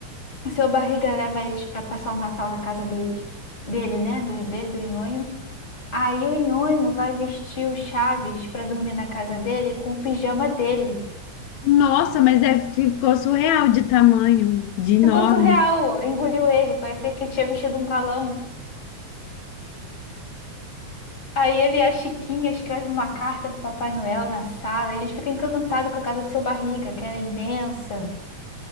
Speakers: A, on the left; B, on the left.
A: O seu Barriga leva eles pra passar o Natal na casa deles. Dele, né? Do, dele, do Nhonho. Aí o Nhonho vai vestir o Chaves pra dormir na casa dele com o pijama dele.
B: Nossa, mas deve ficou surreal de tamanho, de enorme.
A: Ficou surreal, engoliu ele, parecia que tinha vestido um balão. Aí ele e a Chiquinha escreve uma carta pro Papai Noel na sala. Eles ficam encantados com a casa do seu barriga, que era imensa.